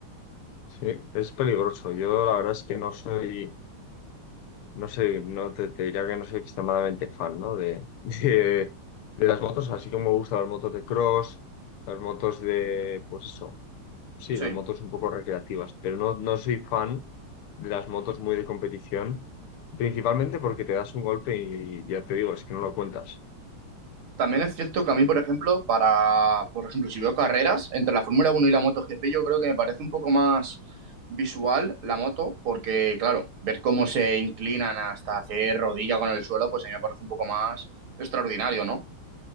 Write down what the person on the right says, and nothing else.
Sí.
También es cierto que a mí, por ejemplo, para, por ejemplo, si veo carreras entre la Fórmula Uno y la MotoGP, yo creo que me parece un poco más visual la moto, porque, claro, ver cómo se inclinan hasta hacer rodilla con el suelo, pues a mí me parece un poco más extraordinario, ¿no?